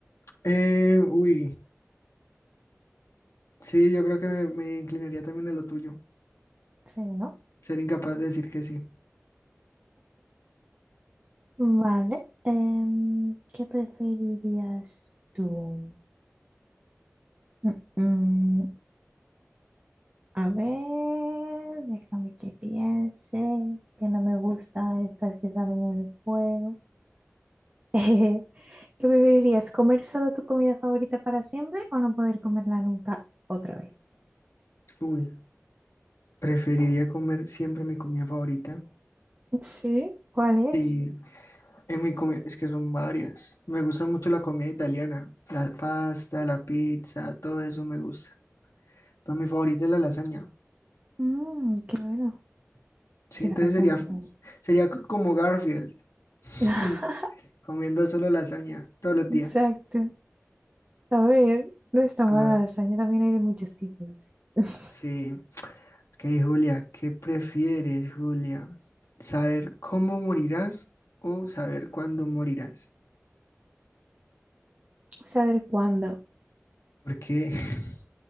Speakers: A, on the left; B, on the right.
A: Eh, uy, sí, yo creo que me, me inclinaría también a lo tuyo.
B: Sí, ¿no?
A: Ser incapaz de decir que sí.
B: Vale. Em, ¿qué preferirías tú? Mm, mm, a ver, déjame que piense, que no me gusta estas que salen en el juego. <laughs> ¿Qué preferirías? ¿Comer solo tu comida favorita para siempre o no poder comerla nunca otra vez?
A: Uy, preferiría comer siempre mi comida favorita.
B: Sí, ¿cuál
A: Sí,
B: es?
A: en mi comi- es que son varias. Me gusta mucho la comida italiana, la pasta, la pizza, todo eso me gusta. Pero mi favorita es la lasaña.
B: Mm, qué bueno.
A: Sí,
B: Sí,
A: entonces
B: la lasaña
A: sería,
B: está bien.
A: sería como Garfield, <laughs>
B: <laughs>
A: comiendo solo lasaña todos los días.
B: Exacto. A ver, no está mala
A: Ah,
B: la lasaña, también hay de muchos tipos. <laughs>
A: sí. Ok, Julia, ¿qué prefieres, Julia? ¿Saber cómo morirás o saber cuándo morirás?
B: Saber cuándo,
A: Porque, <laughs>